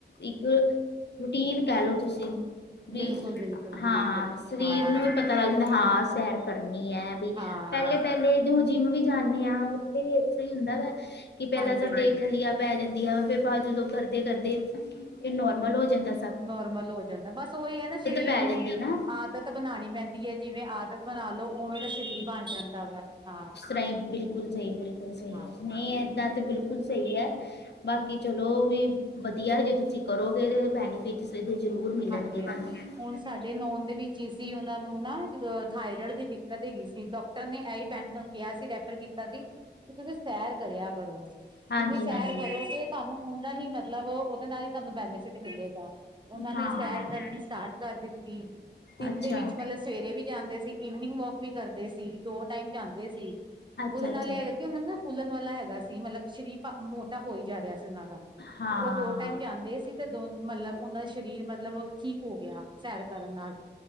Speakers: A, on the left; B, on the right.
A: ਇੱਕ ਰੂਟੀਨ ਕੈ ਲਓ ਤੁਸੀਂ, ਬੀ
B: ਬਿਲਕੁਲ ਬਿਲਕੁਲ ਜੀ
A: ਹਾਂ
B: ਬਿਲਕੁਲ
A: ਸਰੀਰ
B: ਹਾਂ
A: ਨੂੰ ਵੀ ਪਤਾ <unintelligible> ਹਾਂ ਸੈਰ ਕਰਨੀ ਐ ਵੀ
B: ਹਾਂ
A: ਪੈਲੇ-ਪੈਲੇ ਜੁ ਜਿੰਮ ਵੀ ਜਾਨੀ ਆ ਵੀ ਏਸਾ ਤਾਹੀ ਹੁੰਦਾ ਵੈ ਕਿ ਪੈਲਾ
B: ਹਾਂਜੀ
A: ਸਾਡੇ
B: ਹਾਂਜੀ
A: ਖੱਲੀਆ ਪੈ ਜਾਂਦੀ ਆ ਫੇਰ ਬਾਦ ਜਦੋਂ ਕਰਦੇ-ਕਰਦੇ ਏ ਨੋਰਮਲ ਹੋ ਜਾਂਦਾ ਸੀ।
B: ਨੋਰਮਲ ਹੋ ਜਾਂਦਾ ਐ ਬਸ ਓਈ ਐ ਨਾ ਸ਼ਰੀਰ
A: ਪੈ
B: ਨੂੰ
A: ਜਾਂਦੀ ਨਾ
B: ਆਦਤ ਬਨਾਣੀ ਪੈਂਦੀ ਐ। ਜਿਵੇਂ ਆਦਤ ਬਣਾ ਲੋ, ਉਵੇਂ ਦਾ ਸਰੀਰ ਬਣ ਜਾਂਦਾ ਵੇ ਹਾਂ
A: ਨੇਈ ਬਿਲਕੁਲ ਸਈ ਬਿਲਕੁਲ ਸਈ
B: ਹਾਂ
A: ਨਈ ਏਦਾਂ ਤੇ ਬਿਲਕੁਲ ਸੇਈ ਐ ਬਾਕੀ ਚਲੋ ਵੀ, ਵਧੀਆ ਜੇ ਤੁਸੀਂ ਕਰੋਗੇ ਤੇ ਬੈਨੀਫਿਟ ਸਹੀ ਜ਼ਰੂਰ ਮਿਲਣਗੇ
B: ਹਾਂਜੀ ਹਾਂਜੀ
A: ਤਾਨੂੰ
B: ਹੁਣ ਸਾਡੇ ਦੇ ਮੈ ਔਦੇ ਵਿੱਚ ਈ ਸੀ ਓਨਾ ਨੂੰ ਨਾ ਜਦੋ ਥਾਇਰੋਇਡ ਦੀ ਦਿੱਕਤ ਹੈਗੀ ਸੀ, ਡਾਕਟਰ ਨੇ ਐਹੀ ਬੈਨ ਨੂੰ ਕਿਹਾ ਸੀ ਰੈਫਰ ਕੀਤਾ ਸੀ ਤੁਸੀਂ ਸੈਰ ਕਰਿਆ ਕਰੋ,
A: ਹਾਂਜੀ
B: ਜਿੰਨੀ ਸੈਰ
A: ਹਾਂਜੀ
B: ਕਰੋਗੇ ਤਾਨੂੰ ਓਨਾ ਈ ਮਤਲਬ ਓਦੇ ਨਾਲ ਈ ਤਾਨੂੰ ਬੈਨੀਫਿਟ ਮਿਲੇਗਾ ਓਨਾਂ
A: ਹਾਂ
B: ਨੇ ਸੈਰ ਕਰਨੀ, ਸਟਾਟ ਕਰ ਦਿੱਤੀ। ਦਿਨ
A: ਅੱਛਾ
B: ਦੇ ਵਿੱਚ ਪੇਲੇ ਸਵੇਰੇ ਵੀ ਜਾਂਦੇ ਸੀ, ਈਨਿੰਗ ਵੋਕ ਵੀ ਕਰਦੇ ਸੀ ਦੋ ਟਾਈਮ ਜਾਂਦੇ ਸੀ।
A: ਅੱਛਾ
B: ਉਦੇ ਨਾਲ
A: ਅੱਛਾ
B: ਏ ਹੈਗਾ, ਕਿ ਉਨ ਨਾ ਫੁੱਲਣ ਵਾਲਾ ਹੈਗਾ ਸੀ ਮਤਲਬ ਸਰੀਰ ਭਾ ਮੋਟਾ ਹੋਈ ਜਾ ਰਿਹਾ ਸੀ ਉਸ ਨਾ-ਨਾ
A: ਹਾਂ
B: ਓ ਦੋ ਟਾਈਮ ਜਾਂਦੇ ਸੀ। ਤੇ ਦੋਨ ਮਲਤਬ ਓਨਾਂ ਦਾ ਸ਼ਰੀਰ ਮਤਲਬ ਠੀਕ ਹੋ ਗਿਆ, ਸੈਰ ਕਰਨ ਨਾਲ